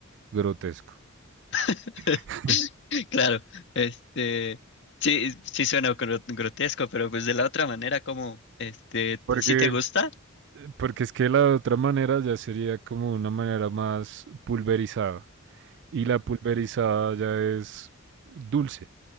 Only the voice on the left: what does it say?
<laughs>
Claro, este, sí, sí suena gro- grotesco, pero pues de la otra manera, como, este,
si te gusta?
Ujú,